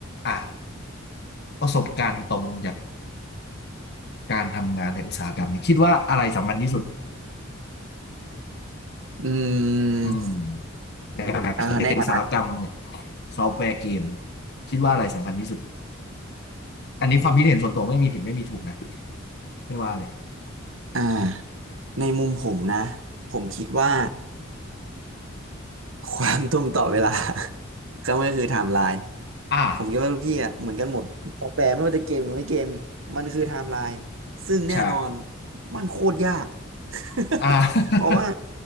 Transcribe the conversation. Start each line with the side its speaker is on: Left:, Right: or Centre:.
Left: อ่ะประสบการณ์ตรงจากการทำงานในอุตสาหกรรมเนี่ยคิดว่าอะไรสำคัญที่สุด
Right: อื
Left: อืม
Right: ม
Left: ในการทำงานในอุตสาหกรรมเนี่ย
Right: เอ่อในฐานะ
Left: ซอฟต์แวร์เกมคิดว่าอะไรสำคัญที่สุดอันนี้ความคิดเห็นส่วนตัวไม่มีผิดไม่มีถูกนะไม่ว่าเลย
Right: อ่าในมุมผมนะ ผมคิดว่า ความตรงต่อเวลา <laughs> ก็ไม่ก็คือไทม์ไลน์
Left: อ่า
Right: ผมคิดว่าทุกที่อ่ะเหมือนกันหมดซอฟต์แวร์ไม่ว่าจะเกมหรือไม่เกมมันคือไทม์ไลน์ซึ่งแน่นอน
Left: ใช่
Right: มันโคตรยาก <laughs>
Left: อ่า
Right: เพราะว่า